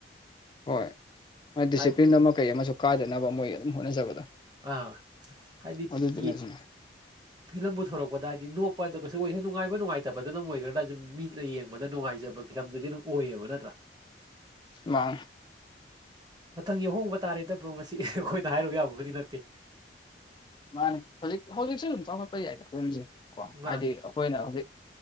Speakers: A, on the left (about 25°); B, on the right (about 25°).
A: ꯍꯣꯏ ꯗꯤꯁꯤꯄ꯭ꯂꯤꯟ
B: ꯍꯥꯏ
A: ꯑꯃ ꯀꯩ ꯑꯃꯁꯨ ꯀꯥꯏꯗꯅꯕ ꯃꯣꯏ ꯑꯗꯨꯝ ꯍꯣꯠꯅꯖꯕꯗꯣ
B: ꯑꯥ ꯍꯥꯏꯗꯤ
A: ꯑꯗꯨꯗꯨꯅꯁꯨꯅꯦ
B: ꯌꯦ ꯐꯤꯂꯝꯕꯨ ꯊꯣꯔꯛꯄꯗ ꯍꯥꯏꯗꯤ ꯅꯣꯞꯄꯗ ꯀꯩꯁꯨ ꯑꯣꯏꯁꯦ ꯅꯨꯡꯉꯥꯏꯕ ꯅꯨꯡꯉꯥꯏꯇꯕꯗꯨꯅꯝ ꯑꯣꯏꯒ꯭ꯔꯥ ꯑꯗꯨ ꯃꯤꯅ ꯌꯦꯡꯕꯗ ꯅꯨꯡꯉꯥꯏ ꯂꯩꯖꯕ ꯐꯤꯂꯝꯗꯨꯗꯤ ꯑꯗꯨꯝ ꯑꯣꯏꯌꯦꯕ ꯅꯠꯇ꯭ꯔꯥ
A: ꯋꯥ
B: ꯃꯊꯪ ꯌꯥꯎꯍꯣꯡꯕ ꯇꯥꯔꯦꯗꯕ꯭ꯔꯣ ꯃꯁꯤ ꯑꯩꯈꯣꯏꯅ ꯍꯥꯏꯔꯨ ꯌꯥꯕꯕꯨꯗꯤ ꯅꯠꯇꯦ
A: ꯃꯥꯅꯦ ꯍꯧꯖꯤꯛ ꯍꯧꯖꯤꯛꯁꯨ ꯑꯗꯨꯝ ꯆꯥꯎꯈꯠꯄ ꯌꯥꯏꯗ ꯐꯂꯝꯁꯦ ꯀꯣ
B: ꯃꯥꯅꯦ
A: ꯍꯥꯏꯗꯤ ꯑꯩꯈꯣꯏꯅ ꯍꯧꯖꯤꯛ